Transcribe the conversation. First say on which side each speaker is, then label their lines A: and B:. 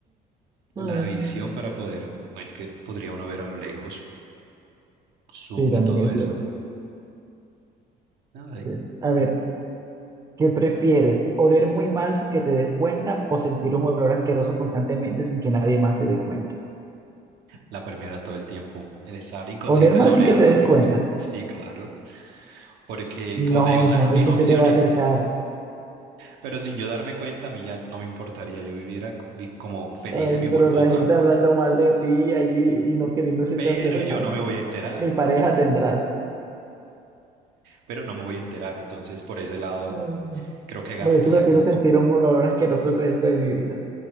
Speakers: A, on the right; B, on the right.
A: La
B: Mm,
A: visión para poder, no es que podría uno ver a lo lejos, zoom
B: Sí, también
A: y todo
B: es
A: eso.
B: cierto.
A: Nada,
B: Pues, a ver, ¿Qué prefieres? ¿Oler muy mal sin que te des cuenta o sentir un olor asqueroso constantemente sin que nadie más se dé cuenta?
A: La primera todo el tiempo. El estar inconsciente
B: ¿Oler mal
A: sobre
B: sin que
A: algo.
B: te des
A: que-
B: cuenta?
A: <laughs> Sí, claro. Porque, como
B: No,
A: te digo, o sea,
B: yo no,
A: mis
B: ¿y quién
A: opciones,
B: se te va a acercar?
A: pero sin yo darme cuenta, a mí ya no me importaría. Yo viviera co- vi- como feliz
B: Ay,
A: en mi burbuja,
B: pero la gente hablando mal de ti ahí y no queriéndose
A: pero
B: te acercar,
A: yo no me
B: no,
A: voy
B: no,
A: a
B: no.
A: enterar.
B: Ni pareja tendrás.
A: Pero no me voy a enterar. Entonces, por ese lado,
B: Mm.
A: creo que ganaría
B: No, yo sí prefiero
A: un
B: sentir
A: poco.
B: un olor asqueroso el resto de mi vida,